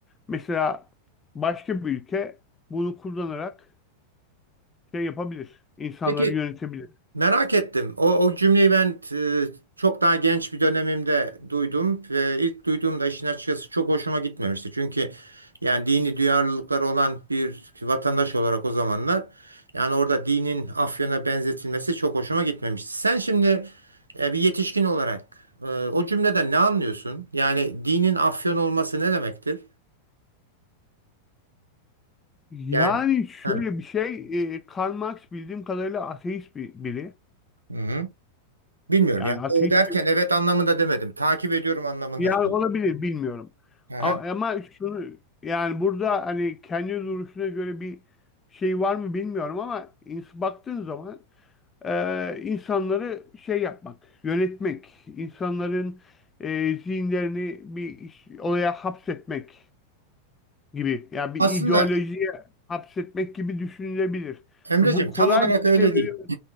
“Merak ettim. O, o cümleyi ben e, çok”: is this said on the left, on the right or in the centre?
Right